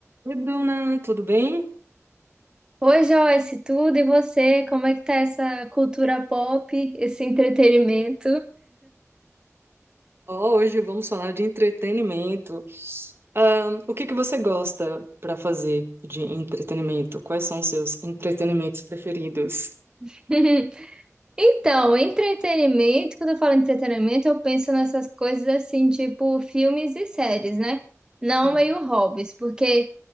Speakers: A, on the right; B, on the right.
A: Oi, Bruna, tudo bem?
B: Oi, Joyce, tudo e você? Como é que tá essa cultura pop, esse entretenimento?
A: Ó, hoje vamos falar de entretenimento. Ahn, o que que você gosta para fazer de entretenimento? Quais são os seus entretenimentos preferidos?
B: <laughs> Então, entretenimento, quando eu falo entretenimento, eu penso nessas coisas assim, tipo filmes e séries, né? Não
A: Hum,
B: meio hobbies, porque